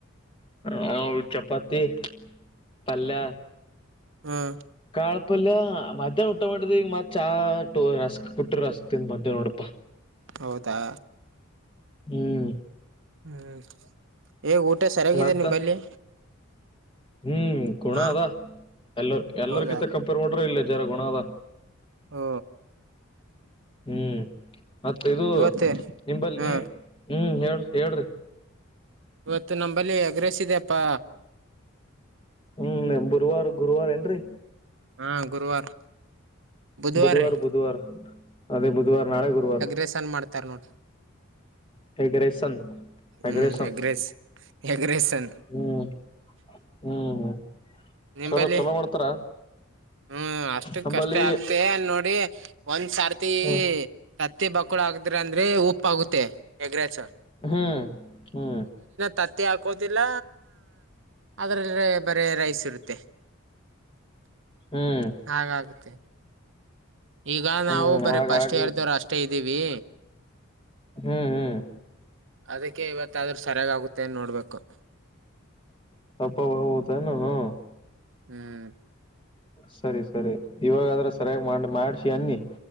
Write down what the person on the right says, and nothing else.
ಹ್ಮ್
ಹೌದಾ.
ಹ್ಮ್ ಏಗ ಊಟ ಸರಿಯಾಗಿದೆ
ನಿಂಬಲ್ಲಿ.
ಹಾ
ಹೌದಾ
ಹ್ಮ
ಇವತ್ತು
ಹಾ
ಇವತ್ತು ನಂಬಲ್ಲಿ ಎಗ್ ರೈಸ್ ಇದೆಪ್ಪಾ.
ಹಾಂ ಗುರುವಾರ. ಬುಧವಾರ
ರೀ
ಬೆಸನ್ ಮಾಡ್ತಾರ್ ನೋಡಿ.
ಹ್ಮ್
<unintelligible> ಎಗ್ರೆಸನ್
ನಿಂಬಲ್ಲಿ
ಹ್ಮ್ ಅಷ್ಟಕ್
ಕಷ್ಟೇ ಆಗ್ತೆ ನೋಡಿ ಒಂದ್ ಸಾರ್ತಿ.
ಕತ್ತಿ ಬಕ್ಕುಳು ಹಾಕಿದ್ರು ಅಂದ್ರೇ ಉಪ್ಪು ಆಗುತ್ತೆ ಎಗ್ ರೈಸು.
ತತ್ತಿ ಹಾಕೋದಿಲ್ಲ ಅದ್ರೆ ಬರೆ ರೈಸ್ ಇರುತ್ತೆ. <unintelligible>
ಹಾಗಾಗುತ್ತೆ ಈಗ ನಾವು
ಬರೀ
ಫಸ್ಟೆ <unintelligible> ಅಷ್ಟೇ ಇದ್ದೀವಿ.
ಅದಕ್ಕೆ ಇವತ್ತ ಆದ್ರೂ ಸರಿಯಾಗ್ಗುತ್ತೆನ್ ನೋಡ್ಬೇಕು.
ಹ್ಮ್